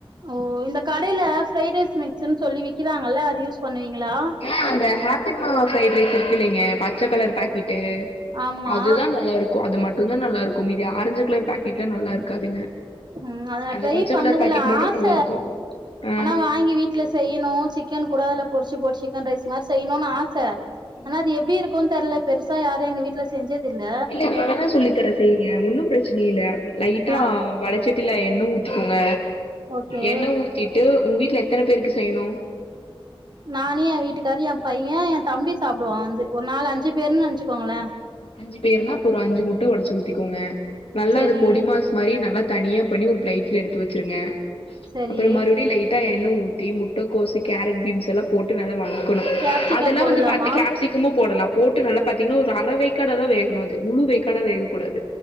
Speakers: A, on the right; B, on the left.
A: ஓ இந்த கடைல்ல ஃப்ரைட் ரைஸ் மிக்ஸ்ன்னு சொல்லி விக்கிறாங்கல்ல அது யூஸ் பண்ணுவீங்களா
B: ஆ இந்த ஹாப்பிம்மா ஃப்ரைட் ரைஸ் இருக்கு இல்லைங்க பச்ச கலர் பாக்கெட்டு
A: ஆமா
B: அதுதா நல்லா இருக்கு அது மட்டுந்தா நல்லாருக்கு மீதி ஆரஞ்சு களர் பாக்கெட் எல்லா நல்லா இருக்காதுங்க
A: ம் அத நா
B: அந்த
A: ட்ரை
B: பச்ச
A: பண்ணதுல
B: கலர் பாக்கெட் மட்டு
A: ஆச
B: நல்லா இருக்கு ஆ
A: ஆனா வாங்கி வீட் ட்ல செய்யணு சிக்கன் கூட அதுல பொரிச்சு பொரிச்சி சிக்கன் ரைஸ் மாரி செய்யணுனு ஆசை
B: ம்
A: ஆனா அது எப்டி இரு க்குன்னு தெர்ல பெருசா யாரு எங்க வீட்ல செஞ்சதில்ல
B: இல்ல நா தானே சொல்லி தரது ஏ ஒன்னு பிரச்சனை இல்ல லைட்டா
A: ஆ
B: வடச்சட்டில எண்ண ஊத்திக்கோங்க
A: ஓகே
B: எண்ண ஊ த்திட்டு உங்க வீட்ல எத்தனை பேருக்கு செய்யணு
A: நானு என் வீட்டுக்காரு என் பைய என் தம்பி சாப்பிடுவான் வந்து ஒரு நாலு அஞ்சு பேருன்னு நெனச்சுக்கோங்களே
B: அஞ்சு பேர்னா அப்போ ஒரு அஞ்சு முட்ட ஒடைச்சு ஊத்திக்கோங்க நல்லா
A: செரி
B: அது பொடிமாஸ் மாரி நல்லா தனியா பண்ணி ஒரு பிளைட்ல எடுத்து வெச்சிருங்க
A: செரி
B: அப்புற மறுபடியு லைட் ட்டா எண்ண ஊத்தி முட்டக்கோஸ் கேரட் பீன்ஸ் எல்லா போட்டு நல்லா வதக்கணு
A: கேப்சிகம்
B: அதெல்லா
A: போடலாமா
B: வந்து பத்து கேப்ஸ் சிகமு போடலா போட்டு நல்லா பாத்தீங்கன்னா ஒரு அறவேக்கடா தா வேகணு அது முழுவேக்காடா வேகக்கூடாது